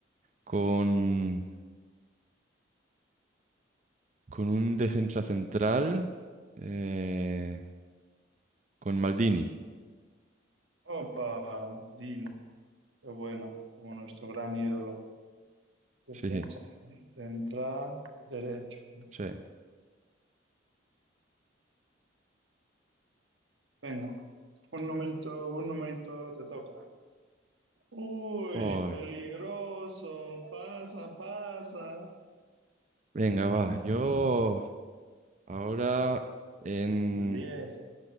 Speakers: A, on the right (about 40°); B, on the right (about 85°).
A: con, con un defensa central, eh, con Maldini.
B: Opa, Maldini, qué buena, como nuestro gran ídolo. Defensa
A: Sí,
B: central, derecho. ¿no?
A: sí.
B: Venga, un numerito, un numerito te toca. Uy,
A: Ay,
B: peligroso, pasa, pasa.
A: Venga, va. Yo ahora en...
B: El diez,